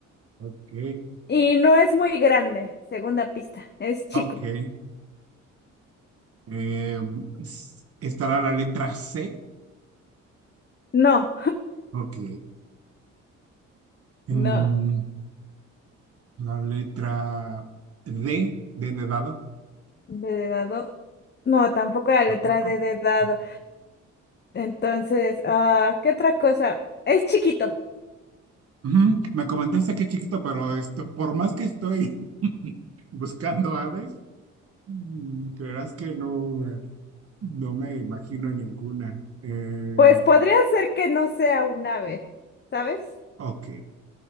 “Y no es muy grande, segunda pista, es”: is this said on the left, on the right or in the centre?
Left